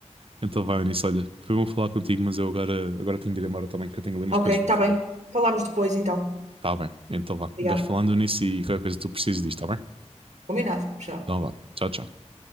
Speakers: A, on the right; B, on the right.
A: Então vai, Eunice, olha, foi bom falar contigo, mas eu agora, agora tenho de ir embora também, que eu tenho ali umas
B: Ok,
A: coisas
B: está
A: para fazer.
B: bem. Falamos depois então.
A: Tá bem, então vá.
B: Obrigada.
A: Vais falando, Eunice, e qualquer coisa que tu precises disto, tá bem?
B: Combinado. Tchau.
A: Então vá, tchau, tchau.